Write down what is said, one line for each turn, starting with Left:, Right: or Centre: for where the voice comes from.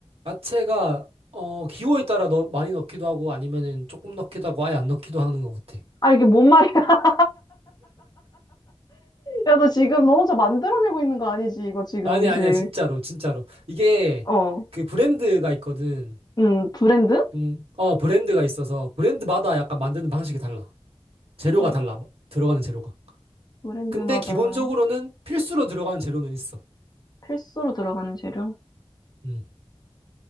Right: 야채가 어 기호에 따라 넣, 많이 넣기도 하고 아니면은 조금 넣기도 하고 아예 안 넣기도 하는 것 같아.
Left: 아, 이게 뭔 말이야? <laughs> 야, 너 지금 너 혼자 만들어내고 있는 거 아니지? 이거 지금
Right: 아니
Left: 음식.
Right: 아니야 진짜로 진짜로 이게
Left: 어.
Right: 그 브랜드가 있거든.
Left: 음, 브랜드?
Right: 음, 어 브랜드가 있어서 브랜드마다 약간 만드는 방식이 달라. 재료가
Left: 어,
Right: 달라 마- 들어가는 재료가.
Left: 브랜드마다.
Right: 근데 기본적으로는 필수로 들어가는 재료는 있어.
Left: 필수로 들어가는 재료?
Right: 음.